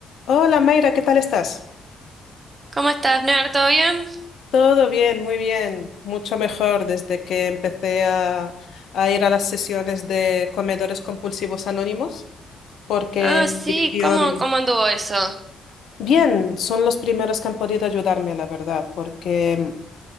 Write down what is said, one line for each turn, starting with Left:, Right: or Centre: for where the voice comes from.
Left: Hola Mayra, ¿qué tal estás?
Right: ¿Cómo estás, Ner? ¿Todo bien?
Left: Todo bien, muy bien, mucho mejor desde que empecé a, a ir a las sesiones de comedores compulsivos anónimos, porque
Right: Ah, sí,
Left: la adicción...
Right: ¿cómo, cómo anduvo eso?
Left: Bien, son los primeros que han podido ayudarme, la verdad, porque